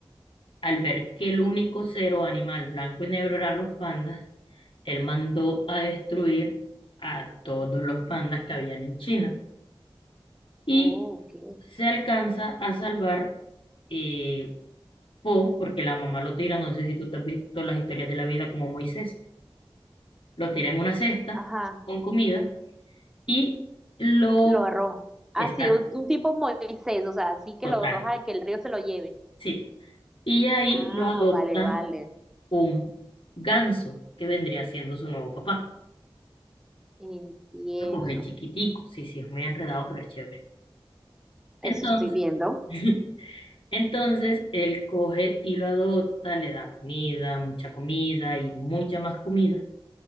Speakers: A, on the left (about 65°); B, in the centre.
A: Al ver que el único ser o animal blanco y negro eran los pandas, él mandó a destruir a todos los pandas que habían en China. Y
B: Oh, ok.
A: se alcanza a salvar eh, Po, porque la mamá lo tira, no sé si tú te has visto las historias de la vida como Moisés, lo tira en una cesta
B: Ajá.
A: con comida y lo...
B: Lo arroja. Así,
A: Exacto,
B: un, un tipo Moisés, o sea, así que
A: total,
B: lo arroja, y que el río se lo lleve.
A: sí. Y ahí
B: Ah,
A: lo adopta
B: vale, vale.
A: un ganso, que vendría siendo su nuevo papá.
B: Entiendo.
A: Lo coge chiquitico, sí, sí, es muy enredado, pero es chévere. Entonces,
B: Eso estoy viendo.
A: <laughs> entonces él coge y lo adopta, le da comida, mucha comida y mucha más comida.